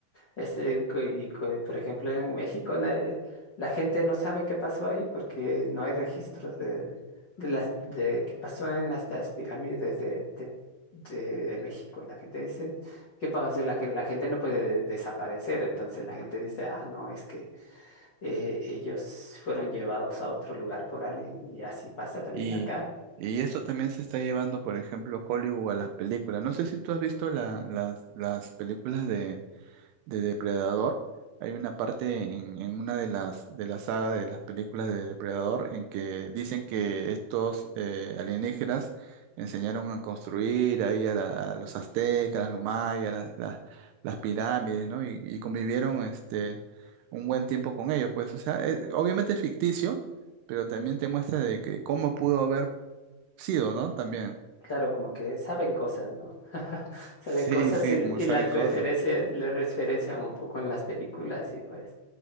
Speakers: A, on the left; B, on the right.
A: Este, co- y co- por ejemplo, en México na- eh, la gente no sabe qué pasó ahí porque no hay registros de, de las de qué pasó en las, las pirámides de, de, de- de México. La gente dice, ¿qué pasó? La, gen- la gente no puede de- desaparecer, entonces la gente dice, ah, no, es que eh, ellos fueron llevados a otro lugar por alguien y así pasa también
B: Y,
A: acá.
B: y eso también se está llevando, por ejemplo, Hollywood a las películas. No sé si tú has visto la- las, las películas de, de Depredador. Hay una parte en, en una de las de la saga de las películas de Depredador en que dicen que estos eh, alienígenas enseñaron a construir ahí a, la- a los aztecas, los mayas, las la- las pirámides, ¿no? Y, y convivieron este un buen tiempo con ellos, pues, o sea, es- obviamente es ficticio, pero también te muestra de que cómo pudo haber sido, ¿no? También.
A: Claro, como que saben cosas, ¿no? <laughs> Saben
B: Sí,
A: cosas
B: sí,
A: y, y
B: como saben
A: las
B: cosas.
A: referencias, le referencian un poco en las películas y pues